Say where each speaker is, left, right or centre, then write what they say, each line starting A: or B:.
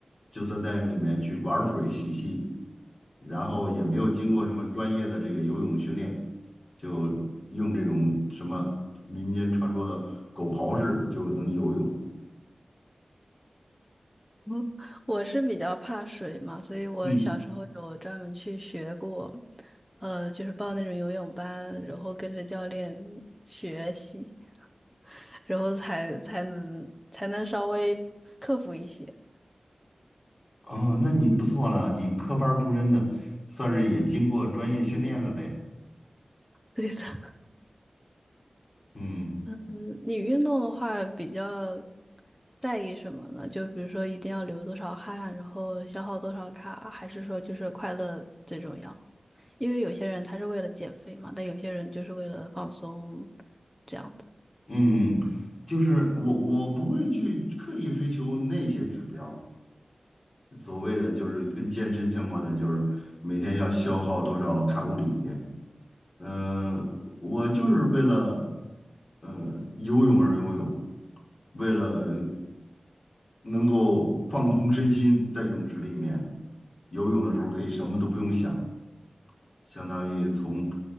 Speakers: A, on the left; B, in the centre.
A: 就在那里面去玩水嬉戏。然后也没有经过什么专业的这个游泳训练，就用这种什么民间传说的狗刨式就能游泳。
B: 嗯，我是比较怕水嘛，所以我小时候有专门去学过，
A: 嗯，
B: 呃，就是报那种游泳班，然后跟着教练学习，<laughs> 然后才才能才能稍微克服一些。
A: 哦，那你不错了，以科班儿出身的，算是也经过专业训练了呗。
B: 对的。
A: 嗯
B: 嗯，你运动的话比较在意什么呢？就比如说一定要流多少汗，然后消耗多少卡，还是说就是快乐最重要？因为有些人他是为了减肥嘛，但有些人就是为了放松，这样子，
A: 嗯，就是我我不会去刻意追求那些指标。所谓的就是跟健身相关的，就是每天要消耗多少卡路里，呃，我就是为了呃游泳而游泳，为了能够放空身心，在泳池里面游泳的时候可以什么都不用想，相当于从